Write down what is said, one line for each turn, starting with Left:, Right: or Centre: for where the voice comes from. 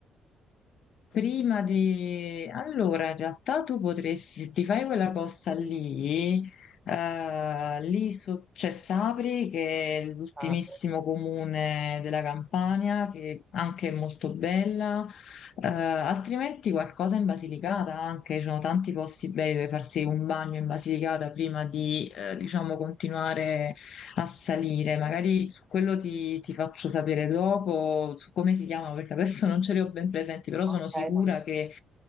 Left: Prima di... Allora, in realtà tu potresti, se ti fai quella costa lì, eh, lì so- c'è Sapri, che è l'ultimissimo
Right: Ah,
Left: comune della Campania, che anche è molto bella, eh, altrimenti qualcosa in Basilicata anche, ci sono tanti posti belli dove farsi un bagno in Basilicata prima di, eh, diciamo, continuare a salire. Magari su quello ti, ti faccio sapere dopo su come si chiamano, perché adesso non ce li ho ben presenti, però
Right: ok,
Left: sono sicura
Right: no.
Left: che